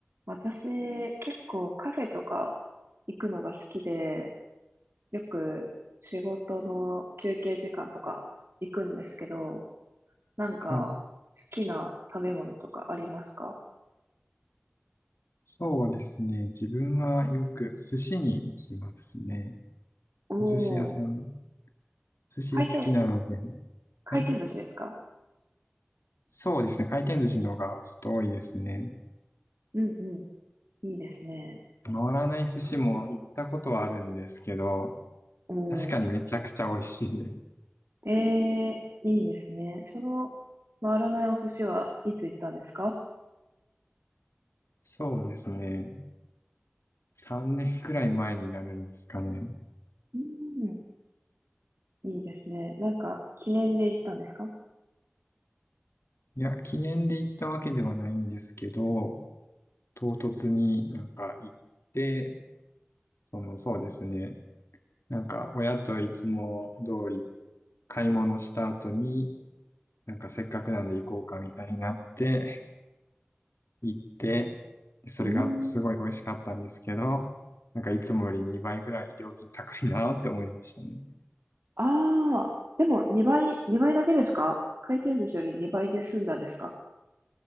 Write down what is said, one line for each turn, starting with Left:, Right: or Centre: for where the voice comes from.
Right: 私、結構カフェとか行くのが好きで、よく仕事の休憩時間とか行くんですけど、なんか好きな食べ物とかありますか
Left: はい。そうですね。自分はよく寿司に行きますね。
Right: お
Left: お寿司屋さん、
Right: ー、
Left: 寿司好きなので。
Right: 回転、回転寿司ですか
Left: はい。そうですね。回転寿司の方がちょっと多いですね。
Right: うんうん。いいですね。
Left: 回らない寿司も行ったことはあるんですけど、
Right: おー、
Left: 確かにめちゃくちゃ美味しいです。
Right: えー、いいですね。その回らないお寿司はいつ行ったんですか
Left: そうですね。3年くらい前になるんですかね。
Right: うん、いいですね。なんか記念で行ったんですか
Left: いや、記念で行ったわけではないんですけど、唐突になんか行って、その、そうですね。なんか、親といつも通り買い物した後に、なんかせっかくなんで行こうかみたいになって、行って、それがすごい美味しかったんですけど、
Right: うん
Left: なんかいつもより2倍ぐらい料金高いなって思いましたね。
Right: ああ、でも2倍、2倍だけですか回転寿司より2倍で済んだんですか